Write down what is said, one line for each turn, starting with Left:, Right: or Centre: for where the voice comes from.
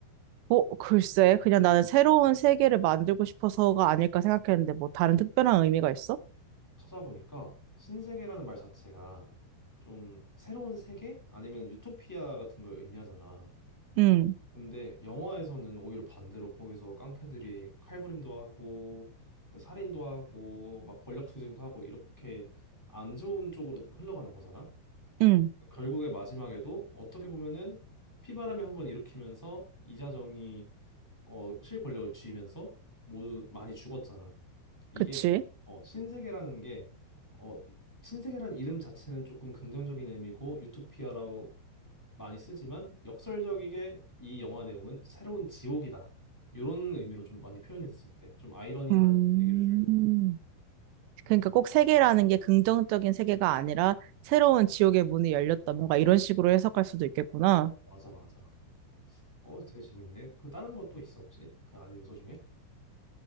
Right: 어, 글쎄, 그냥 나는 새로운 세계를 만들고 싶어서가 아닐까 생각했는데, 뭐, 다른 특별한 의미가 있어?
Centre: 찾아보니까 신세계라는 말 자체가 좀 새로운 세계? 아니면 유토피아 같은 걸 의미하잖아.
Right: 응,
Centre: 근데 영화에서는 오히려 반대로 거기서 깡패들이 칼부림도 하고 또 살인도 하고 막 권력투쟁도 하고 이렇게 안 좋은 쪽으로 흘러가는 거잖아.
Right: 응,
Centre: 결국에 마지막에도 어떻게 보면은 피바람이 한번 일으키면서 이자정이 어, 실권력을 쥐면서 모두 많이 죽었잖아. 이게
Right: 그치.
Centre: 어, 신세계라는 게 어, 이- 신세계라는 이름 자체는 조금 긍정적인 의미고 유토피아라고 많이 쓰지만 역설적이게 이 영화 내용은 새로운 지옥이다. 이런 의미로 좀 많이 표현이 됐었대. 좀 아이러니한
Right: 음.
Centre: 분위기를 주려고.
Right: 그러니까 꼭 세계라는 게 긍정적인 세계가 아니라, 새로운 지옥의 문이 열렸다. 뭔가 이런 식으로 해석할 수도 있겠구나.
Centre: 어, 맞아, 맞아. 어, 되게 재밌네. 그 다른 것도 있어, 혹시? 그 안에 요소 중에?